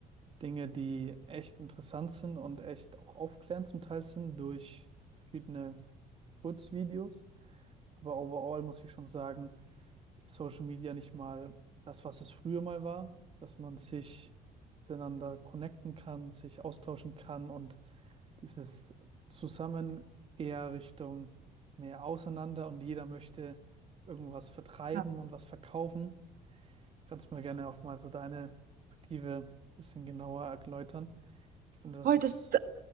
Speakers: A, on the right (about 35°); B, on the right (about 60°).
A: Dinge, die echt interessant sind und echt auch aufklärend zum Teil sind durch verschiedene Kurzvideos. Aber overall muss ich schon sagen, ist Social Media nicht mal das, was es früher mal war, dass man sich miteinander connecten kann, sich austauschen kann und dieses Zusammen eher Richtung mehr auseinander und jeder möchte irgendwas vertreiben
B: Ja.
A: und was verkaufen. Kannst du mir gerne auch mal so deine Perspektive ein bisschen genauer erläutern? Ich finde, das
B: Voll,
A: ist
B: das,